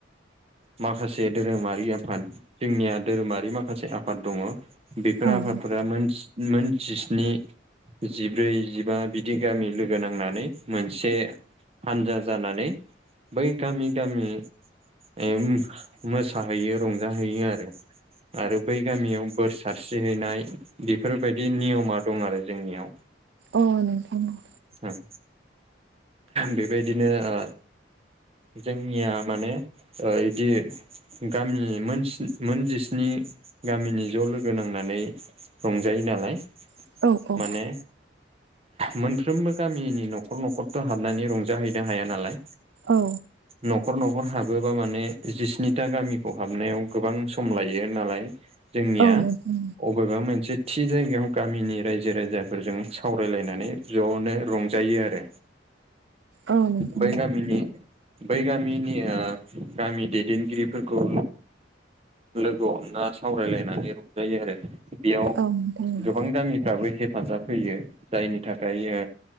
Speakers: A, on the right; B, on the right.
A: माखासे धोरोमारि आफाद जोंनिया धोरोमारि माखासे आफाद दङ। बेफोर
B: अ
A: आफादफोरा मोन मोन जिस्नि जिब्रै जिबा बिदि गामि लोगो नांनानै मोनसे हान्जा जानानै बै गामि गामि एम मोसा हैयो रंजाहैयो आरो। आरो बै गामियाव बोर सारस्रिहैनाय बेफोरबायदि नियमा दं आरो जोंनियाव।
B: औ नंगौ
A: उम बेबायदिनो ओ जोंनिया माने ओ इदि गामि मोन मोन जिस्नि गामिनि ज' लोगो नांनानै रंजायो नालाय।
B: नोंथां औ औ
A: माने मोनफ्रोमबो गामिनि नखर नखर थ' हाबनानै रंजाहैनो हाया नालाय।
B: औ
A: नखर नखर हाबोबा माने जिस्निथा गामिखौ हाबनायाव गोबां सम लायो नालाय। जोंनिया
B: औ नोंथां
A: अ बेबा मोनसे थि जायगायाव गामिनि रायजो राजाफोरजों सावरायलायनानै ज'नो रं जायो आरो
B: औ नोंथां
A: बै गामिनि बै गामिनि ओ गामि दैदेनगिरिफोरखौ लोगो हमला सावरायलायनानै रंजायो आरो बेयाव
B: औ नोंथां
A: गोबां गामिफ्राबो हेप हेफाजाब होयो जायनि थाखाय